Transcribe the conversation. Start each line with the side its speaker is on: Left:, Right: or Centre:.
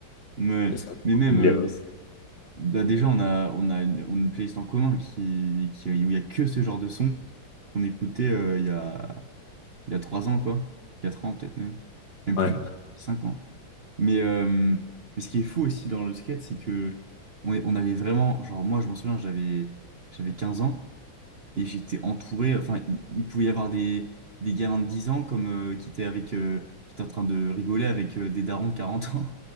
Right: Mais,
Left: Et ça-
Right: mais même,
Left: les-
Right: euh, c- bah, déjà, on a, on a une, on a une playlist en commun qui, qui, où il n'y a que ce genre de son qu'on écoutait euh, il y a, il y a 3 ans, quoi. quatre ans, peut-être même. Même
Left: ouais,
Right: plus, 5 ans. Mais, euh, mais ce qui est fou aussi dans le skate, c'est que on, est- on avait vraiment, genre, moi, je m'en souviens, j'avais, j'avais 15 ans et j'étais entouré, enfin, il, il pouvait y avoir des, des gamins de 10 ans comme, euh, qui étaient avec, euh, qui étaient en train de rigoler avec euh, des darons de 40 ans.